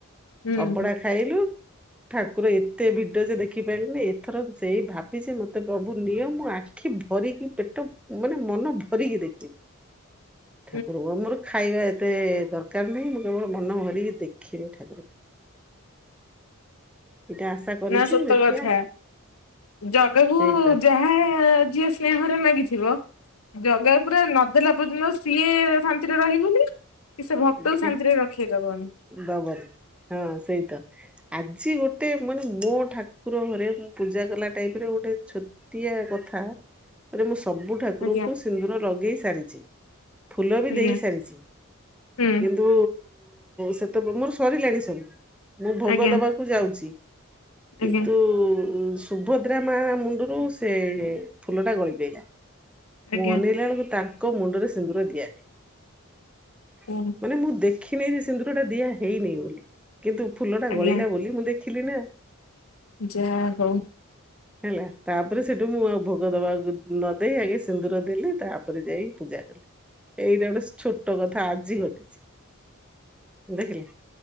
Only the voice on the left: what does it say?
ହୁଁ
<inaudible>
ନା ସତ
କଥା, ଜଗାକୁ
ଯାହା ଆ, ଯିଏ ସ୍ନେହରେ ମାଗିଥିବ, ଜଗା ପୁରା ନଦ୍ ନଦେଲା ପର୍ଯ୍ୟନ୍ତ, ସିଏ ଶାନ୍ତିରେ ରହିବନି। କି ସେ
ଭକ୍ତକୁ ଶାନ୍ତିରେ ରଖେଇଦବନି
ଆଜ୍ଞା
ଆଜ୍ଞା
ହୁଁ ଉଁ।
ଆଜ୍ଞା
ଆଜ୍ଞା
ଆଜ୍ଞା
ହୁଁ।
ଆଜ୍ଞା
ଯାହା ହଉ।